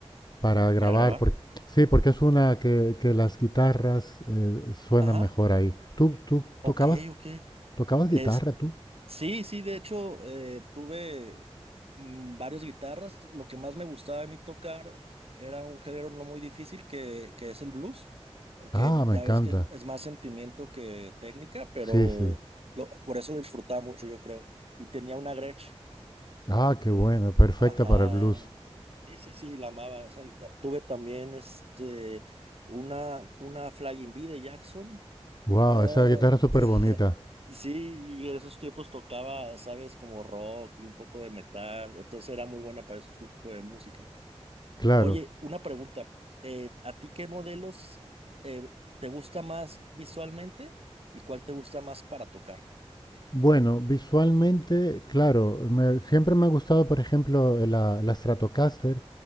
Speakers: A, on the left; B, on the right.
A: para grabar.
B: para grabar.
A: por- sí, porque es una que, que las guitarras eh, suenan
B: Ajá,
A: mejor ahí. ¿Tú, tú
B: ok,
A: tocabas,
B: ok.
A: tocabas
B: Es,
A: guitarra tú?
B: sí, sí, de hecho, eh, tuve mm, varias guitarras. Lo que más me gustaba a mí tocar era un género no muy difícil que, que es el blues, eh, que
A: Ah, me
B: ya
A: encanta.
B: ves que es, es más sentimiento que técnica, pero
A: Sí, sí.
B: lo- por eso lo disfrutaba mucho, yo creo. Y tenía una Gretsch,
A: Ah, qué
B: Eh,
A: buena, perfecta
B: ajá.
A: para el blues.
B: Sí, sí, sí, la amaba esa guitarra. Tuve también este una, una Flying V de Jackson.
A: Wow,
B: Ah,
A: esa guitarra es súper
B: <laughs>
A: bonita.
B: sí, y en esos tiempos tocaba, sabes, como rock y un poco de metal. Entonces era muy buena para ese tipo de música.
A: Claro.
B: Oye, una pregunta. eh, ¿a ti qué modelos eh, te gusta más visualmente y cuál te gusta más para tocar?
A: Bueno, visualmente, claro, me- siempre me ha gustado, por ejemplo, la, la Stratocaster